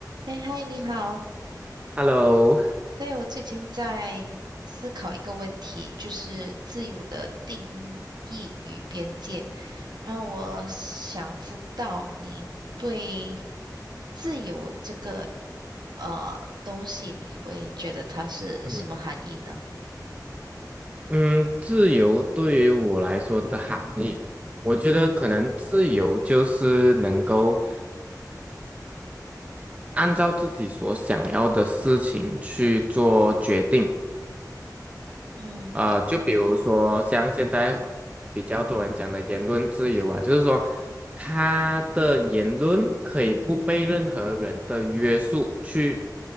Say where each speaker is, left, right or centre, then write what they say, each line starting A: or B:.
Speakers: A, on the right; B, on the right.
A: 哎，嗨，你好。
B: Hello，
A: 对，我最近在思考一个问题，就是自由的定义与边界。然后我想知道你对自由这个呃东西，你会觉得它是什么含义呢？
B: 嗯嗯，自由对于我来说的含义，我觉得可能自由就是能够
A: 嗯
B: 按照自己所想要的事情去做决定，
A: 嗯
B: 啊、就比如说像现在比较多人讲的言论自由啊，就是说他的言论可以不被任何人的约束去